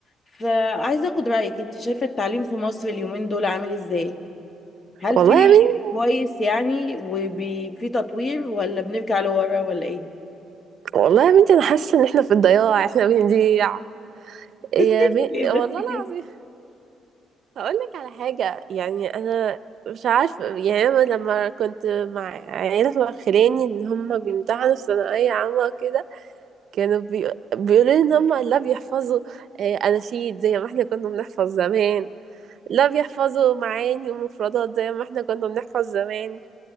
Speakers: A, on the left; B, on the right.
A: فعايزة اخد رأيك انت شايفة التعليم في مصر اليومين دول عامل ازاي؟ هل
B: والله
A: في
B: يا بنتي
A: كويس يعني وفي تطوير ولا بنرجع لورا ولا ايه؟
B: والله يا بنتي انا حاسه ان احنا في الضياع احنا بنضيع يا
A: <laughs>
B: بنتي
A: ليه بس
B: والله
A: كده؟
B: العظيم هقول لك على حاجه يعني انا مش عارفه يعني انا لما كنت مع عيله خلاني ان هم بيمتحنوا في ثانويه عامه كده كانوا بي... بيقولوا لي ان هم لا بيحفظوا آه، اناشيد زي ما احنا كنا بنحفظ زمان لا بيحفظوا معاني ومفردات زي ما احنا كنا بنحفظ زمان